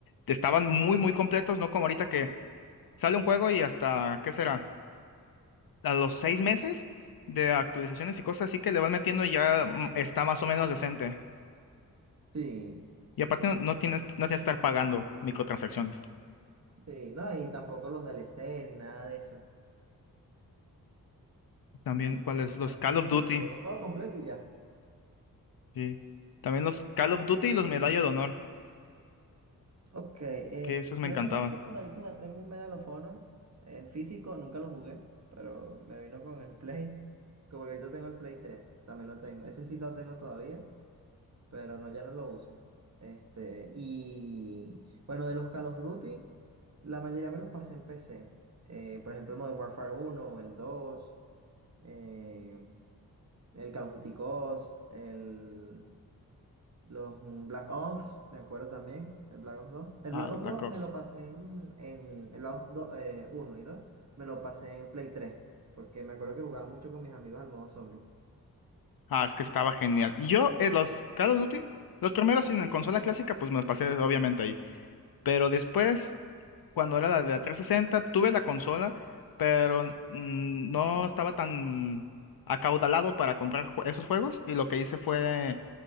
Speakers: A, on the left; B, on the right.
A: estaban muy, muy completos, no como ahorita que sale un juego y hasta, ¿qué será? a los seis meses de actualizaciones y cosas así que le vas metiendo ya mm, está más o menos decente.
B: Sí.
A: Y aparte no, no tienes, no tienes que estar pagando microtransacciones.
B: Sí, no, y tampoco los DLC ni nada de eso.
A: También
B: Antes
A: cuáles,
B: prácticamente
A: los Call
B: venían
A: of Duty.
B: el, venía el juego completo y ya.
A: Sí. También los Call of Duty y los Medalla de Honor,
B: Ok, eh,
A: que esos me
B: curiosamente
A: encantaban.
B: por ahí todavía tengo un Medal of Honor eh, físico, nunca lo jugué, pero me vino con el Play. Como que ahorita tengo el Play tres también lo tengo. Ese sí lo tengo todavía, pero no, ya no lo uso. Este, y bueno, de los Call of Duty, la mayoría me los pasé en PC. Eh, por ejemplo, el Modern Warfare 1, el 2 eh, El Call of Duty Ghost, el, los mm, Black Ops, me acuerdo también, el Black Ops dos El
A: Ah,
B: Black
A: los
B: Ops
A: Black
B: dos
A: Ops.
B: me lo pasé en, en el Black Ops 2, eh, uno y 2 me lo pasé en Play tres porque me acuerdo que jugaba mucho con mis amigos al modo zombie.
A: Ah, es que estaba genial. Yo, eh, los Call of Duty, los primeros en en consola clásica, pues me los pasé obviamente ahí. Pero después cuando era la de la trescientos sesenta tuve la consola, pero mm, no estaba tan acaudalado para comprar jue- esos juegos y lo que hice fue